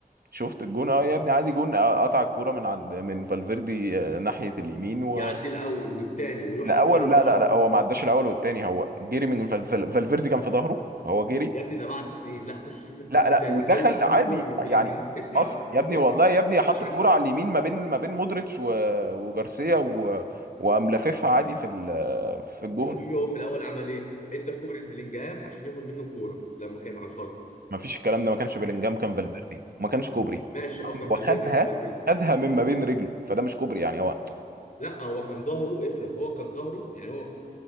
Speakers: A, on the right; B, on the left.
A: شفت الجون اه يا ابني عادي جون آه، قطع الكوره من عند من فالفيردي آه، ناحيه اليمين و
B: يعدي الاول والتاني ويروح
A: لا
B: ضارب
A: اول لا
B: الار
A: لا
B: 2
A: لا هو ما عداش الاول والتاني هو جري من فال- فال- فالفيردي كان في ظهره فهو جري
B: يا ابني ده بعت اتنين لا خش شوف الجون
A: لا لا
B: تاني
A: ودخل
B: اول ما كان
A: عادي
B: الكوره من بلينجهام
A: يعني
B: اسمع
A: اص
B: بس
A: يا ابني
B: اسمع
A: والله يا ابني حط
B: مش عليه
A: الكوره على اليمين ما بين ما بين مودريتش و... وجارسيا و... وقام لاففها عادي في ال... في الجون
B: يا حبيبي هو في الاول عمل ايه ادى كوبري لبلينجهام عشان ياخد منه الكوره لما كانت على الخط
A: ما فيش الكلام ده ما كانش بيلينجهام كان فالفيردي وما كانش كوبري
B: ماشي اه كان فالفيردي
A: وخدها
B: كان فالفيردي
A: خدها من ما بين رجله فده مش كوبري يعني هو
B: لا هو كان ظهره افهم هو كان ظهره يعني هو